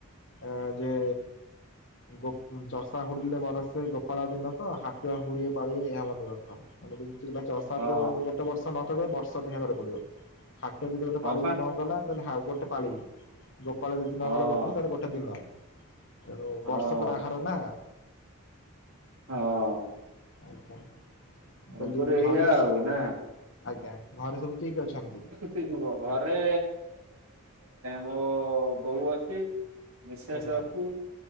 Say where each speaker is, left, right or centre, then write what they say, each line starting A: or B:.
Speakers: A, on the left; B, on the right.
A: ଆ ଯେ ଗୋ ଚଷା ହୁଡ଼ିଲେ ବରସେ ଗୋପାଳ ଦିନକ, ହାଟୁଆ ହୁଡ଼ିଏ ପାଳିଏ ଏହା ମନେ ରଖ। ମାନେ ଯଦି ଚଷା
B: ହଁ
A: ପୁଅ ଗୋଟେ ବର୍ଷ <unintelligible> ବର୍ଷକ <unintelligible> ପଡିବ ହାଟୁଆ ଯଦି ଗୋଟେ
B: ହଁ
A: ପାଳିକି
B: ପା
A: ନ ଗଲା, ତାହାଲେ ଗୋଟେ ପାଳି। ଗୋପାଳ ଯଦି ନଗଲା
B: ହଁ
A: ଗୋଠୁକୁ, ତାର ଗୋଟେ ଦିନ। ଏଣୁ
B: ହଁ
A: ବର୍ଷକର ଆହାର ନା
B: ହଁ
A: ଆଜ୍ଞା। ମୁଁ
B: ଗପରେ
A: କହିଲି
B: ଏଇଆ
A: ଘରେ
B: ଆଉ ନା।
A: ଆଜ୍ଞା ଘରେ ସବୁ କିଏ କିଏ ଅଛନ୍ତି?
B: <unintelligible> ଘରେ ମୋ ବୋଉ ଅଛି। ମିସେସ
A: ଆଜ୍ଞା
B: ଅଛି,